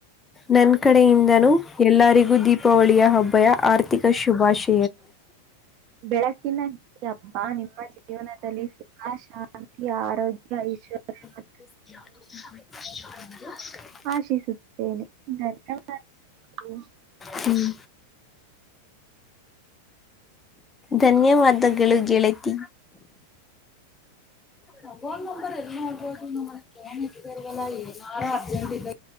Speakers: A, on the left; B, on the right.
A: ನನ್ ಕಡೆಯಿಂದನು ಎಲ್ಲರಿಗೂ ದೀಪಾವಳಿಯ ಹಬ್ಬಯ ಆರ್ಥಿಕ ಶುಭಾಶಯ
B: ಬೆಳಕಿನ ಈ ಹಬ್ಬ ನಿಮ್ಮ ಜೀವನದಲ್ಲಿ ಸುಖ ಶಾಂತಿ ಆರೋಗ್ಯ ಐಶ್ವರ್ಯ ಮ
A: <inaudible>
B: ಆಶಿಸುತ್ತೇನೆ ಧನ್ಯವಾದಗಳು
A: ಹ್ಮ್ ಧನ್ಯವಾದಗಳು ಗೆತಿ ಹಬಲ್ ನಂಬರ್ <unintelligible> ಫೋನ್ ಇರ್ರ್ವಲ್ಲ ಏನಾರ ಅರ್ಜೆಂಟ್ ಇದ